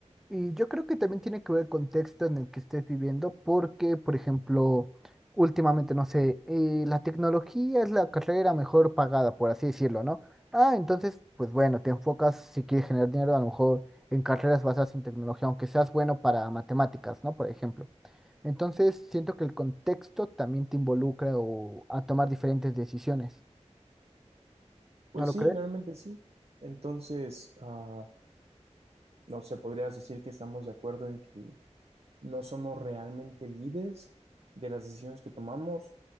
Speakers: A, in the centre; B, on the right (about 55°).
A: Y yo creo que también tiene que ver el contexto en el que estés viviendo, porque, por ejemplo, últimamente, no sé, eh, la tecnología es la carrera mejor pagada, por así decirlo, ¿no? Ah, entonces, pues bueno, te enfocas, si quieres generar dinero, a lo mejor en carreras basadas en tecnología, aunque seas bueno para matemáticas, ¿no? Por ejemplo. Entonces, siento que el contexto también te involucra o a tomar diferentes decisiones,
B: Pues
A: ¿no lo
B: sí,
A: crees?
B: realmente sí. Entonces, ah, no sé, podrías decir que estamos de acuerdo en que no somos realmente libres de las decisiones que tomamos,